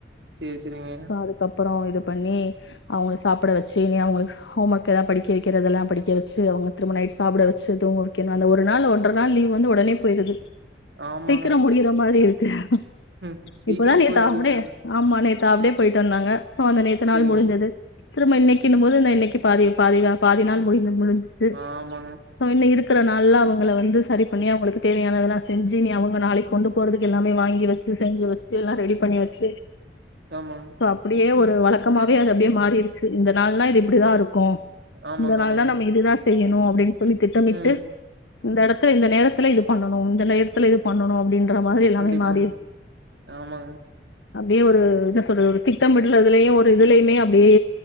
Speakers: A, on the right (about 70°); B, on the left (about 85°).
A: சேரி சேரிங்க
B: அதுக்கப்புற இது பண்ணி அவுங்கள சாப்ட வச்சு இனி அவுங்களுக்கு கோம்வொர்க் எதா படிக்க வக்கிறதெல்லா படிக்க வச்சு அவுங்க திரும்ப நைட் சாப்ட வச்சு துங்க வக்கனு அது ஒரு நாள் ஒன்றரை நாள் லீவ் வந்து ஒடனே போயிருது
A: ஆமாங்க
B: சீக்கிரம் முடியிற மாதிரி இரு <unintelligible>
A: ம் சீக்கிரோ
B: இப்பதா நேத்து
A: போயிருது
B: ஆஃப்டே
A: ம்
B: ஆமா நேத்து ஆஃப்டே போயிட்டு வந்தாங்க சோ அந்த நேத்த நாள்
A: சேரிங்க
B: முடிஞ்சது திரும்ப இன்னைக்குன்னும்போது இந்த இன்னைக்கு பாதி பாதி பாதி நாள் முடி மு இது
A: ஆமாங்க
B: சோ இன்ன இருக்கு இருக்குற நாள்ல அவுங்கள வந்து சரி பண்ணி அவுங்களுக்கு தேவையானதெல்லா செஞ்சு நீ அவுங்க நாளைக்கு கொண்டு போறதுக்கு எல்லாமே வாங்கி வச்சு செஞ்சு வச்சு எல்லா ரெடி பண்ணி வச்சு
A: ஆமாங்க
B: சோ அப்புடியே ஒரு இது வழக்கமாவே அது அப்டியே மாறிடுச்சு இந்த நாள்ல்லா இது இப்டிதா இருக்கு
A: ஆமாங்க
B: இந்த நாள்
A: ஆமாங்க
B: தா நம்ம இதுதா செய்யணு அப்டின் சொ சொல்லி திட்டமிட்டு
A: ம்
B: இந்த எடத்துல இந்த நேரத்துல இது பண்ணனு இந்த நேரத்ல இது பண்ணனு அப்டின் மாதிரி எல்லாமே
A: கண்டிப்பாங்க
B: மாறிரு
A: ஆமாங்க
B: அப்டியே ஒரு என்ன சொல்றது ஒரு திட்டமிடுறதுலயு ஒரு இதுலயுமே அப்டியே